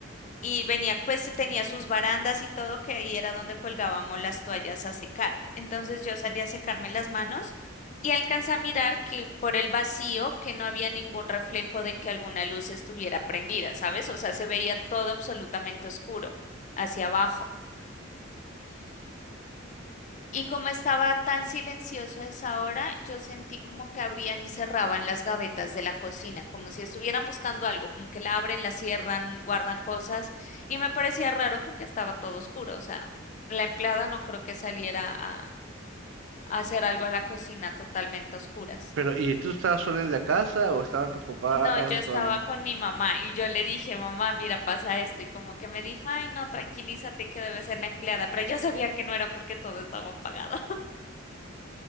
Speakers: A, on the left (about 40°); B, on the right (about 65°).
A: Y venía, pues tenía sus barandas y todo, que ahí era donde colgábamos las toallas a secar. Entonces yo salí a secarme las manos y alcancé a mirar que por el vacío que no había ningún reflejo de que alguna luz estuviera prendida, ¿sabes? O sea, se veía todo absolutamente oscuro hacia abajo. Y como estaba tan silencioso a esa hora, yo sentí como que abrían y cerraban las gavetas de la cocina, como si estuvieran buscando algo, como que la abren, la cierran, guardan cosas. Y me parecía raro porque estaba todo oscuro. O sea, la empleada no creo que saliera a, a hacer algo a la cocina totalmente a oscuras.
B: Pero, ¿y tú estabas sola en la casa o estaban tus papás
A: No, yo estaba
B: o alguien?
A: con mi mamá y yo le dije, mamá, mira, pasa esto. Y como que me dijo, ay, no, tranquilízate que debe ser la empleada. Pero yo sabía que no era porque todo estaba apagado.